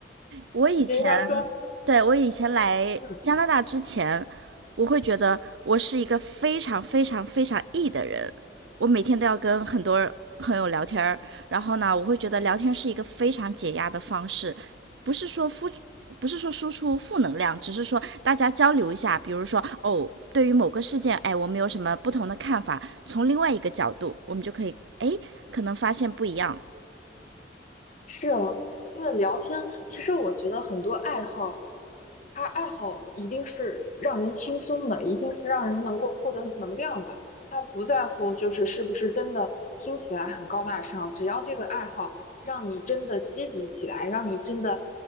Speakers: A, on the right; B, on the left.
A: 我以前
B: 人家说，
A: 对我以前来加拿大之前，
B: 嗯，
A: 我会觉得我是一个非常非常非常 E 的人，我每天都要跟很多朋友聊天儿，然后呢，我会觉得聊天是一个非常解压的方式，不是说付。不是说输出负能量，只是说大家交流一下，比如说哦，对于某个事件，哎，我们有什么不同的看法，从另外一个角度，我们就可以哎，可能发现不一样，
B: 是啊，因为聊天，其实我觉得很多爱好。他爱好一定是让人轻松的，一定是让人能够获得能量的。他不在乎就是是不是真的听起来很高大上，只要这个爱好让你真的积极起来，让你真的